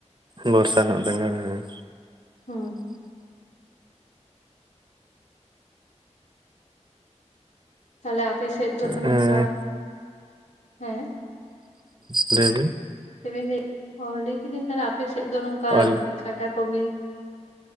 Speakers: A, on the right; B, on the left.
A: ᱵᱚᱨᱥᱟ ᱨᱮᱱᱟᱜ ᱵᱮᱸᱜᱟᱲ᱾ ᱦᱮᱸ
B: ᱦᱩᱸ ᱛᱟᱦᱚᱞᱮ ᱟᱯᱮ ᱥᱮᱫ ᱫᱚ ᱱᱚᱝᱠᱟ
A: ᱦᱮᱸ
B: ᱦᱮᱸ
A: ᱞᱮᱹᱭ ᱵᱤᱱ᱾
B: ᱪᱮᱵᱤᱱ ᱞᱟᱹᱭ ᱦᱚ ᱞᱟᱹᱭ ᱠᱤᱫᱤᱧ ᱛᱟᱦᱚᱞᱮ ᱟᱯᱮ ᱥᱮᱫ ᱫᱚ ᱱᱚᱝᱠᱟ
A: ᱚᱞ
B: ᱜᱟᱰᱟ ᱠᱚ ᱵᱤᱨ